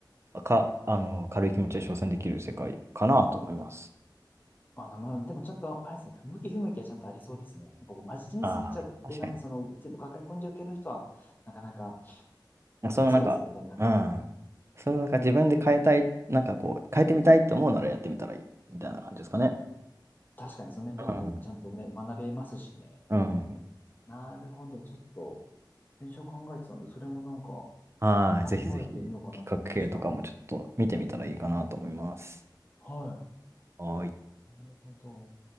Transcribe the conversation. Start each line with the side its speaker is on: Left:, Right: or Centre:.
Right: か、あの、軽い気持ちで挑戦できる世界かなと思います。
Left: あ、なまあ、でもちょっと、あれですね、不向き不向きはちゃんとありそうですね。なんかこう、真面目すぎちゃって、
Right: ああ、確かに。
Left: なんかその、全部抱え込んじゃう系の人は、なかなか難しそうですけどね、
Right: そのなんか、
Left: なんか、
Right: うん。それをなんか自分で変えたい、なんかこう、変えてみたいと思うならやってみたらいい、みたいな感じですかね。
Left: 確かにそのメンタリティちゃんとね、
Right: うん。
Left: 学べますしね。
Right: うん。
Left: なるほど、ちょっと、電車考えてたんで、それもなんか、
Right: はい。
Left: 考えてみようかなと思いました。
Right: ぜひぜひ、企画系とかもちょっと見てみたらいいかなと思います。
Left: はい。
Right: はい。
Left: なるほど。